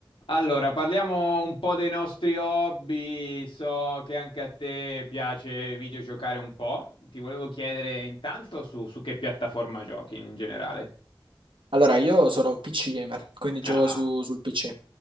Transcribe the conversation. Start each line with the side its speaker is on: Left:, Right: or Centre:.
Left: Allora, parliamo un po' dei nostri hobby. So che anche a te piace videogiocare un po'. Ti volevo chiedere intanto su, su che piattaforma giochi in generale.
Right: Allora, io sono un PC gamer, quindi gioco
Left: Ah,
Right: su- sul PC.